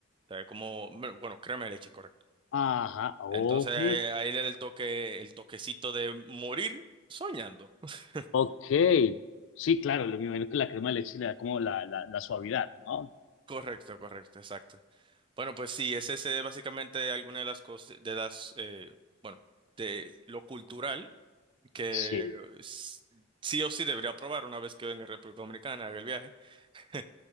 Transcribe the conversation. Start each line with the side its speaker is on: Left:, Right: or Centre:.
Right: O sea, como, bueno, crema de leche, correcto.
Left: Ajá. Ok.
Right: Entonces ahí, ahí le da el toque, el toquecito de morir soñando. <laughs>
Left: Ok, sí, claro, lo- me imagino que la crema de leche le da como la, la, la suavidad, ¿no?
Right: Correcto, correcto, exacto. Bueno, pues sí, ese es eh, básicamente alguna de las cosas, de las, eh, bueno, de lo cultural que
Left: Sí.
Right: s- sí o sí debería probar una vez que venga a República Dominicana, haga el viaje. <laughs>